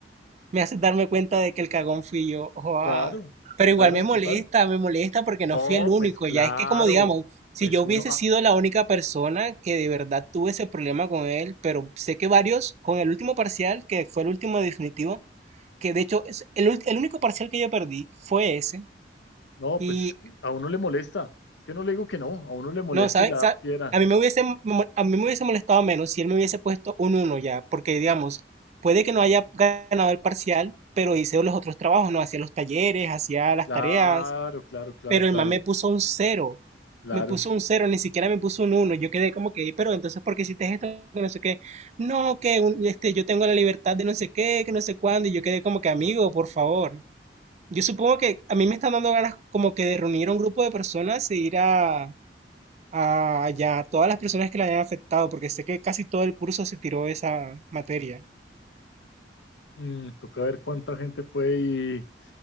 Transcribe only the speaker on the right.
me haces darme cuenta de que el cagón fui yo. Joa.
Pero igual
me molesta,
me molesta porque no
fui el único.
Ya es que como digamos, si
yo
hubiese
sido la única persona que de verdad tuve ese problema con él, pero sé que varios, con el último parcial, que fue el último definitivo, que de hecho es el, ult- el único parcial que yo perdí fue ese.
Y
No, ¿sabes?
Sa-
A mí me hubiese, mo- a mí me hubiese molestado menos si él me hubiese puesto un uno ya, porque digamos, puede que no haya ganado el parcial, pero hice los otros trabajos, no hacía los talleres, hacía las
tareas,
pero
el man me puso un cero
Me puso un cero ni siquiera me puso un uno Yo quedé como que, pero entonces, ¿por qué hiciste esto? Que no sé qué. No, que un- este, yo tengo la libertad de no sé qué, que no sé cuándo, y yo quedé como que, amigo, por favor. Yo supongo que a mí me están dando ganas como que de reunir a un grupo de personas e ir a, a ya todas las personas que la hayan afectado, porque sé que casi todo el curso se tiró esa materia.